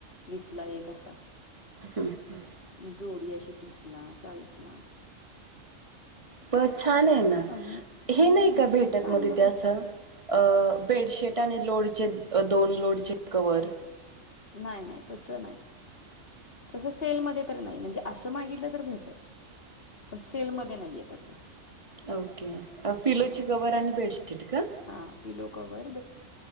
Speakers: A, on the left; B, on the right.
A: वीस ला एक असा.
B: हम्
A: मग जोडी अशी तीस ला चाळीस ला
B: प छान आहे ना
A: आणि हम्म
B: हे नाही का भेटत
A: चांगलं
B: मग तिथे
A: भेटतं
B: असं अ बेडशीट आणि लोडचे दोन लोडचे कवर
A: नाही नाही तस नाही तसं सेलमध्ये त नाही म्हणजे असं मागितलं तर भेटेल पण सेलमध्ये नाहीये तसं
B: ओके फिलोची
A: हां
B: कवर आणि बेडशीट का?
A: हां पिलो कवर